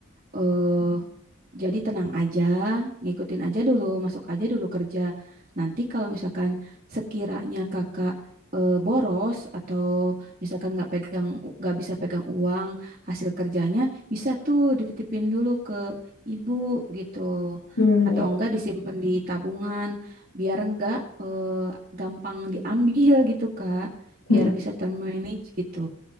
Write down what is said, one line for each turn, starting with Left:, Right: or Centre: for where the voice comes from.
Right: eh jadi tenang aja, ngikutin aja dulu, masuk aja dulu kerja. Nanti kalau misalkan sekiranya kakak eh, boros atau misalkan nggak pegang, nggak bisa pegang uang hasil kerjanya, bisa tuh dititipin dulu ke ibu gitu,
Left: Hmm,
Right: atau
Left: ya.
Right: enggak disimpan di tabungan, biar enggak eh, gampang diambil gitu Kak,
Left: mm,
Right: biar bisa termanage gitu